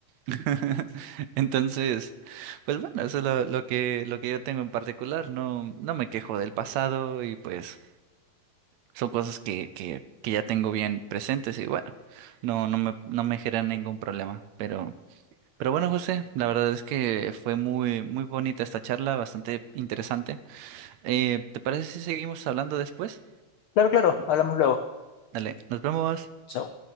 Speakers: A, on the right (about 75°); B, on the left (about 80°).
A: <laughs> Entonces, pues bueno, eso es lo, lo que, lo que yo tengo en particular. No, no me quejo del pasado y pues son cosas que, que, que ya tengo bien presentes y bueno, no, no me, no me generan ningún problema. Pero, pero bueno, José, la verdad es que fue muy, muy bonita esta charla, bastante interesante. Eh, ¿te parece si seguimos hablando después?
B: claro, claro, hablamos luego.
A: Dale, nos vemos.
B: Chao.